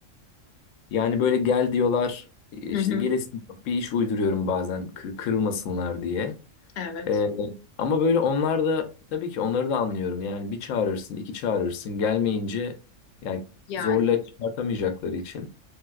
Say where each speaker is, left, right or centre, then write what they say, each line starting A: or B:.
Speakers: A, on the left; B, on the left.
A: Yani böyle gel diyorlar işte
B: Hı hı.
A: gelesin bir iş uyduruyorum bazen kı- kırılmasınlar diye.
B: Evet.
A: Ee, ama böyle onlar da tabii ki onları da anlıyorum. Yani bir çağırırsın iki çağırırsın gelmeyince yani
B: Yani
A: zorla çıkartamayacakları için.